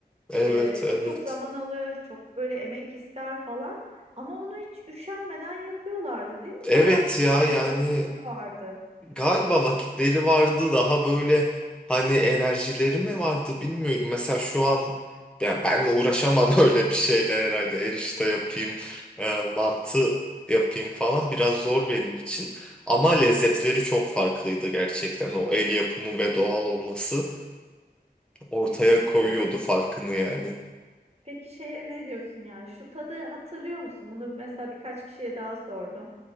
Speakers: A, in the centre; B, on the right (about 40°).
A: Evet
B: Ee, çok
A: evet.
B: çok zaman alır, çok böyle emek ister falan. Ama onu hiç üşenmeden yapıyorlardı, değil mi?
A: Evet
B: Daha
A: ya
B: sanki
A: yani
B: vakitleri vardı.
A: Galiba vakitleri vardı daha böyle hani enerjileri mi vardı bilmiyorum. Mesela şu an ya ben de uğraşamam <laughs> öyle bir şeyle herhalde erişte yapayım, e, mantı yapayım falan biraz zor benim için. Ama lezzetleri çok farklıydı gerçekten. O el yapımı ve doğal olması ortaya
B: Kesinlikle.
A: koyuyordu farkını yani.
B: Peki şeye ne diyorsun ya? Şu tadı hatırlıyor musun? Bunu mesela birkaç kişiye daha sordum.